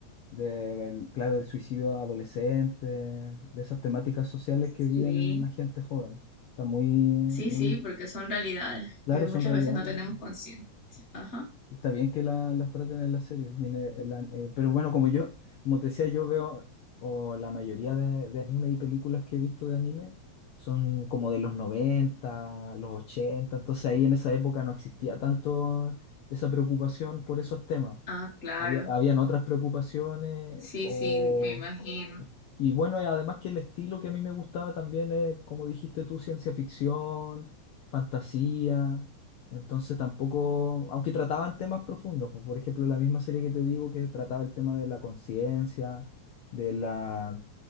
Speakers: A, on the left (about 80°); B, on the left (about 40°).
A: del, claro, del suicidio adolescente, de esas temáticas sociales que
B: Sí,
A: viven la gente joven. Está muy, muy
B: sí, sí, porque son realidades
A: claro,
B: que muchas
A: son realidades
B: veces no tenemos conciencia. Ajá.
A: y Está bien que la- las traten en las series, y en el- en la- eh, pero bueno, como yo, como te decía, yo veo, o la mayoría de, de anime y películas que he visto de anime son como de los noventa los ochenta entonces ahí en esa época no existía tanto esa preocupación por esos temas.
B: Ah, claro.
A: Había, habían otras preocupaciones
B: Sí,
A: o
B: sí, me imagino.
A: y bueno, y además que el estilo que a mí me gustaba también es, como dijiste tú, ciencia ficción, fantasía. Entonces tampoco, aunque trataban temas profundos, pues, por ejemplo, la misma serie que te digo que trataba el tema de la conciencia, de la,